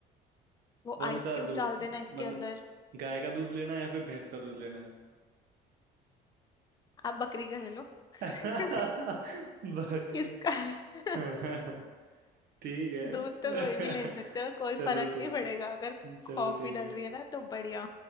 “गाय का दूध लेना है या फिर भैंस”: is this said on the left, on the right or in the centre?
Right